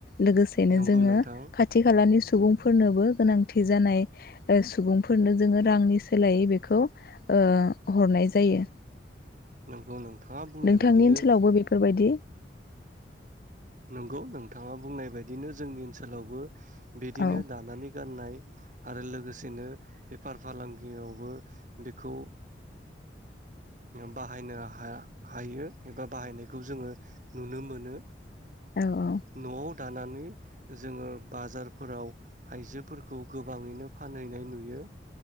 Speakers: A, on the left (about 50°); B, on the right (about 45°).
A: लोगोसेनो
B: नंगौ
A: जोङो
B: नोंथां
A: खाथि खालानि सुबुंफोरनोबो गोनांथि जानाय ओ सुबुंफोरनो जोङो रांनि सोलायै बेखौ ओ हरनाय जायो।
B: नंगौ नोंथाङा बुंनाय
A: नोंथांनि
B: बायदिनो
A: ओनसोलावबो बेफोरबायदि
B: नंगौ नोंथाङा बुंनाय बायदिनो जोंनि ओनसोलावबो बिदिनो
A: औ
B: दानानै गाननाय आरो लोगोसेनो बेफार फालांगियावबो बेखौ बाहायनो हा-हायो एबा बाहायनायखौ जोङो नुनो मोनो।
A: औ औ
B: न'आव दानानै जोङो बाजारफोराव आइजोफोर खौ गोबाङैनो फानहैनाय नुयो।